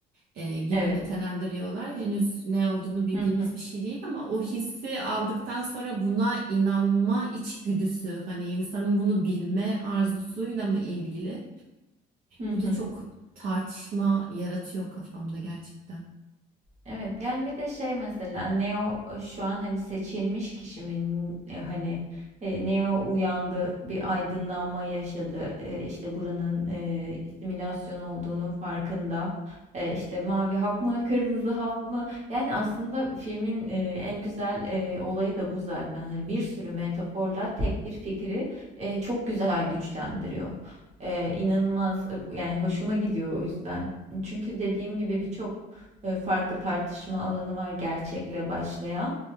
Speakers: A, on the right (about 60°); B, on the right (about 40°).
A: e, gibi
B: Evet.
A: nitelendiriyorlar. Henüz ne olduğunu bildiğimiz
B: Hı hı.
A: bir şey değil ama o hissi aldıktan sonra buna inanma içgüdüsü, hani insanın bunu bilme arzusuyla mı ilgili?
B: Hı hı.
A: Bu da çok tartışma yaratıyor kafamda gerçekten.
B: Evet yani bir de şey mesela Neo e, şu an hani seçilmiş kişi mi E, hani e, Neo uyandı bir aydınlanma yaşadı E, işte buranın e, simülasyon olduğunun farkında E, işte mavi hap mı kırmızı hap mı yani aslında filmin e, en güzel e, olayı da bu zaten hani bir sürü metaforla tek bir fikri e, çok güzel güçlendiriyor. E, inanılmaz e, yani hoşuma gidiyor o yüzden. Çünkü dediğim gibi birçok e, farklı tartışma alanı var gerçekle başlayan